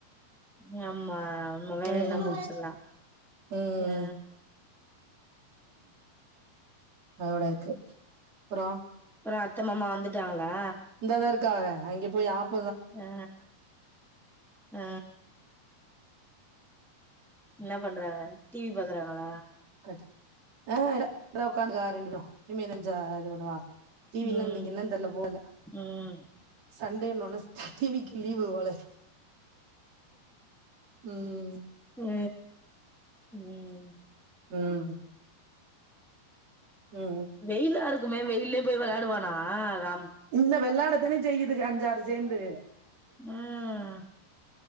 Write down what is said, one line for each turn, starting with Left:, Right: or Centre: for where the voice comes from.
Centre: யம்மா நம்ம வேலைலா
Right: ம்
Centre: முடிச்சிர்லா
Right: ம்
Centre: ஆ
Right: அதோட இர்க்கு ப்புறோ
Centre: ப்புறோ அத்த மாமா வந்துட்டாங்ளா
Right: இந்தா தா இருக்காஹ அங்கே போய் ஆப்
Centre: ஆ அ என்ன பண்றாங்க டிவி பாக்குறாங்களா
Right: கட் ஆ ட ங்கதா உக்காண்துகார் ரெண்டு பேரு இம்மேனஞ்சாது பண்ணுவா டிவில
Centre: ம்
Right: இன்னிக் என்னன் தெர்ல போல
Centre: ம்
Right: சண்டேனோனஸ் ட டிவிக்கி லீவு வோலே ம்
Centre: அ உம்
Right: ம் ம் உ
Centre: வெயிலா இருக்குமே வெயில்லயே போயி வெளாடுவானா ராம்
Right: இந்த வெளாடத்தானே செய்யுதுக அஞ்சாறு சேந்து
Centre: ம்